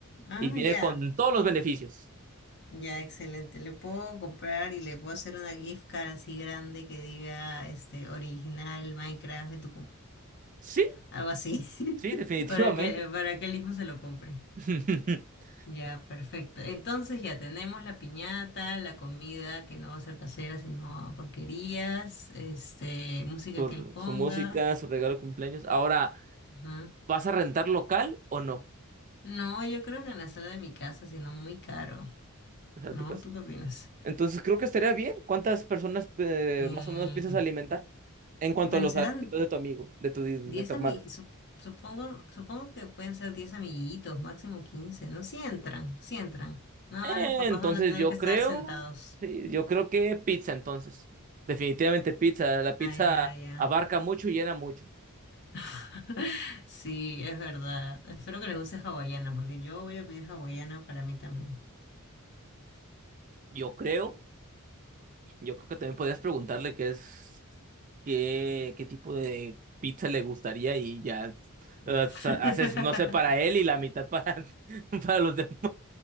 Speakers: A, on the left; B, on the right.
A: ah,
B: y viene
A: ya,
B: con todos los beneficios.
A: ya, excelente. Le puedo comprar y le puedo hacer una gift card así grande que diga, este, original Minecraft de tu... com-
B: Sí,
A: Algo así, <laughs>
B: sí, definitivamente.
A: para que, para que él mismo se lo compre.
B: <laughs>
A: Ya, perfecto. Entonces ya tenemos la piñata, la comida que no va a ser casera, sino porquerías, este, música
B: Su,
A: que él ponga.
B: su música, su regalo de cumpleaños. Ahora,
A: Ajá.
B: ¿vas a rentar local o no?
A: No, yo creo que en la sala de mi casa, sino muy caro,
B: O sea,
A: ¿no?
B: tu caso.
A: ¿Tú qué opinas?
B: Entonces, creo que estaría bien. ¿Cuántas personas eh,
A: Sí.
B: más o menos piensas alimentar? En cuanto
A: Bueno,
B: a los
A: serán
B: alimentos de tu amigo, de tu, de
A: 10
B: tu
A: amiguitos,
B: hermano.
A: supongo, supongo que pueden ser 10 amiguitos, máximo 15. ¿no? Sí entran, sí entran. Nada
B: Eh,
A: más los papás
B: entonces,
A: van a tener
B: yo
A: que estar
B: creo,
A: sentados.
B: sí, yo creo que pizza, entonces. Definitivamente pizza. La pizza
A: Ah, ya, ya.
B: abarca mucho y llena mucho.
A: <laughs> Sí, es verdad. Espero que les guste hawaiana, porque yo voy a pedir hawaiana para mí también.
B: Yo creo, yo creo que también podrías preguntarle qué es, qué, qué tipo de pizza le gustaría y ya eh,
A: <laughs>
B: sa- haces, no sé, para él y la mitad para, <laughs> para los demás.